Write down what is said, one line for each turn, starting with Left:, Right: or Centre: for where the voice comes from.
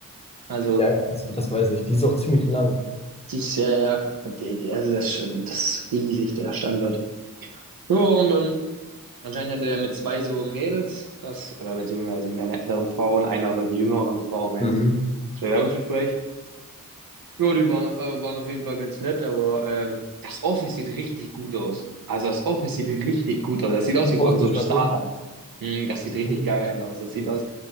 Right: Also,
Left: ja, ja, das, das weiß ich. Die ist auch ziemlich lang.
Right: die ist ja, ja, und die, die- also das ist schon, das ist riesig, der Standort. Ja, und dann Anscheinend hatte er mit zwei so Mädels das, oder beziehungsweise mit einer älteren Frau und einer jüngeren Frau mäßig
Left: Mhm.
Right: das Bewerbungsgespräch. Ja, die waren, äh, waren auf jeden Fall ganz nett, aber ähm, das Office sieht richtig gut aus. Also das Office sieht richtig gut aus. Das sieht
Left: Ist
Right: aus
Left: gut
Right: wie
Left: ausgestattet.
Right: von so einem Startup. Hm, das sieht
Left: Ist
Right: richtig
Left: gut.
Right: geil aus. Das sieht
Left: Ja,
Right: aus,